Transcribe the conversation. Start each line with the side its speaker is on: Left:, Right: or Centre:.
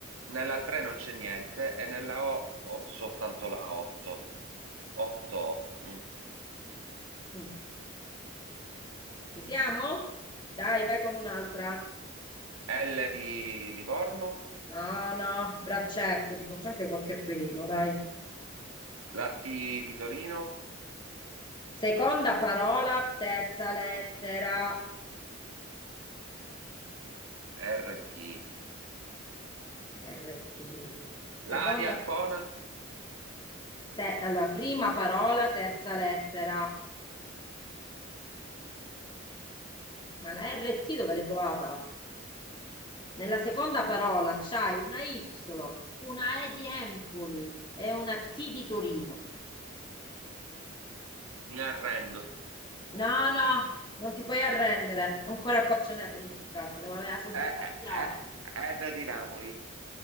Right: Nella 3 non c'è niente e nella O ho soltanto la 8. 8 O. Mm.
Left: Mm. Ci siamo? Dai, vai con un'altra.
Right: L di Livorno,
Left: No, no, braccetto, ti faccio anche qualche pelino, dai.
Right: la T di Torino,
Left: Seconda parola, terza lettera.
Right: RT.
Left: RT. Seconda,
Right: La A di Ancona,
Left: te- alla prima parola, terza lettera. Ma la RT dove l'hai trovata? Nella seconda parola
Right: Ah,
Left: c'hai una Y, una E di Empoli e una T di Torino.
Right: mi arrendo.
Left: No, no, non ti puoi arrendere. Ancora qua ce n'è per impiccarti, devo avere la soddisfazione.
Right: E, E- E- R di Napoli,